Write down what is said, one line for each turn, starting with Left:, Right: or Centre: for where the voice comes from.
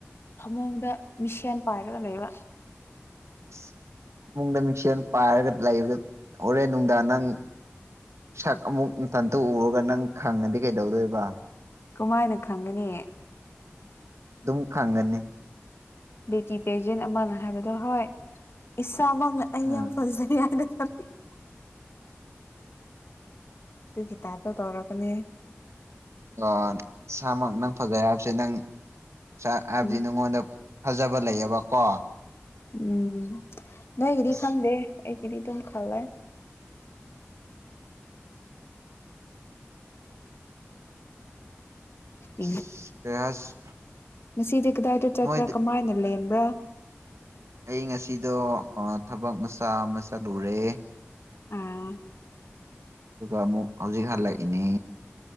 Left: ꯐꯥꯃꯨꯡꯗ ꯃꯤꯁꯦꯟ ꯄꯥꯏꯔꯒ ꯂꯩꯕ
Right: ꯑꯁ ꯐꯃꯨꯡꯗ ꯃꯤꯛꯁꯦꯟ ꯄꯥꯏꯔꯒ ꯂꯩꯕꯗ ꯍꯣꯔꯦꯟ ꯅꯨꯡꯗꯥꯡ ꯅꯪ ꯁꯛ ꯑꯃꯨꯛ ꯎꯇꯟꯇꯥ ꯎꯔꯒ ꯅꯪ ꯈꯪꯉꯗꯤ ꯀꯩꯗꯧꯗꯣꯏꯕ
Left: ꯀꯃꯥꯏꯅ ꯈꯪꯒꯅꯤ
Right: ꯗꯨꯝ ꯈꯪꯒꯅꯤ
Left: ꯕꯦꯇꯤ ꯄꯦꯖꯦꯟ ꯑꯃꯅ ꯍꯥꯏꯕꯗꯣ ꯍꯣꯏ ꯏꯁꯥꯃꯛꯅ ꯑꯩ
Right: ꯎꯝ
Left: ꯌꯥꯝ ꯐꯖꯩ ꯍꯥꯏꯅ ꯈꯟ ꯑꯗꯨꯒꯤ ꯇꯥꯏꯞꯇꯥ ꯇꯧꯔꯛꯀꯥꯅꯤ
Right: ꯑꯣ ꯁꯥꯃꯛ ꯅꯪ ꯐꯖꯩ ꯍꯥꯏꯕꯁꯦ ꯅꯪ ꯆꯥ ꯍꯥꯏꯕꯗꯤ
Left: ꯎꯝ
Right: ꯅꯉꯣꯟꯗꯥ ꯐꯖꯕ ꯂꯩꯌꯦꯕ ꯀꯣ
Left: ꯎꯝ ꯅꯣꯏꯒꯤꯗꯤ
Right: ꯑꯁ
Left: ꯈꯪꯗꯦ ꯑꯩꯒꯤꯗꯤ ꯑꯗꯨꯝ ꯈꯜꯂꯦ <unintelligible>
Right: ꯑꯁ ꯀꯩ ꯍꯥꯏꯁ
Left: ꯉꯁꯤꯗꯤ ꯀꯗꯥꯏꯗ ꯆꯠꯄ꯭ꯔꯥ
Right: ꯅꯣꯏꯗꯤ
Left: ꯀꯃꯥꯏꯅ ꯂꯦꯟꯕ꯭ꯔꯥ
Right: ꯑꯩ ꯉꯁꯤꯗꯣ ꯑꯥ ꯊꯕꯛ ꯃꯆꯥ ꯑꯃ ꯆꯠꯂꯨꯔꯦ
Left: ꯑꯥꯝ
Right: ꯗꯨꯒ ꯑꯃꯨꯛ ꯍꯧꯖꯤꯛ ꯍꯜꯂꯛꯏꯅꯦ